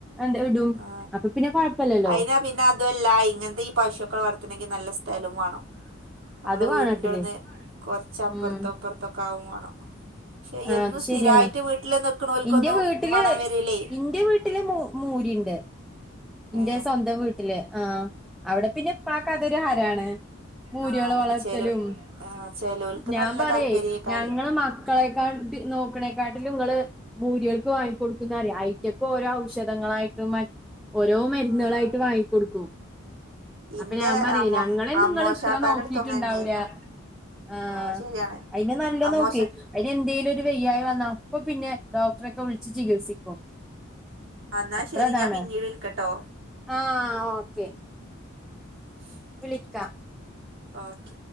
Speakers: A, in the centre; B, on the right (about 65°).
A: എന്താ ഇടും
B: ആ
A: അപ്പൊ പിന്നെ കൊ ഴപ്പില്ലല്ലോ
B: അയിനാ പിന്നെ അതൊല്ല ഇങ്ങനത്തെ ഈ പശുക്കൾ വളർത്തണങ്കിനല്ല സ്ഥലും വേണം നമ്മളെ
A: അത്
B: വീടിന്റെവിടന്നുകൊറച്ച
A: വാണട്ടില്ലേ ഉം
B: പ്പുറത്തോ ഇപ്പുറത്തൊക്കെ ആവോം വേണം ക്ഷെ
A: ആഹ്
B: എന്നും
A: അത്
B: സ്ഥിരായിട്ട്
A: ശരിയാണ്
B: വീട്ടിൽ നിൽക്കണോലക്കൊന്നും
A: ഇന്റെ വീട്ടില്
B: മണം വരില്ലേ
A: ഇന്റെ വീട്ടില് മൂരിണ്ട് എന്റെ
B: ഏ
A: സ്വന്തം വീട്ടില് ആഹ് അവിടെ പിന്നെ ഇപ്പക് അതൊരു ഹരാണ് മൂരികളെ
B: ആഹ് അതന്നെ
A: വളർത്തലും
B: ചേലോ ആഹ് ചേലോൽക്ക്
A: ഞാൻ
B: നല്ല
A: പറയെ
B: താല്പര്യേക്കാരം
A: ഞങ്ങള്മ മക്കളെക്കാട്ടി നോക്കണേക്കാട്ടിലും നിങ്ങള് മൂരികൾക്ക് വാങ്ങി കൊടുക്കുന്ന അറിയ ഐറ്റക്കോരോ ഔഷധങ്ങളായിട്ടും മറ്റ ഓരോ മരുന്നുകളായിട്ട്
B: ആഹ്
A: വാങ്ങികൊടുക്കും അപ്പൊ
B: ഇന്റെ
A: ഞാൻ പറ്യേ
B: അമ്മോ
A: ഞങ്ങളെന്നും
B: അമ്മോശാക്കാന്റെ
A: ങ്ങള്ത്ര നോക്കിട്ടുണ്ടാവൂല
B: അടുത്തും അങ്ങനെന്നെയായിരുന്നു
A: ആഹ്
B: അത് ശരിയാണ്
A: അയിനെ നല്ലൊ
B: അമ്മോശ
A: നോക്കെ അയ്ന് എന്തേലു ഒരു വയ്യായി വന്ന അപ്പൊ പിന്നെ ഡോക്ടറെക്കെ വിളിച്ച് ചികിത്സിക്കും
B: അന്ന
A: അത്ര
B: ശെരി
A: ഇതാണ്
B: ഞാൻ പിന്നീട് വിൽക്കട്ടോ
A: ആഹ് ഓക്കെ
B: <inaudible>
A: വിളിക്ക
B: ഓകെ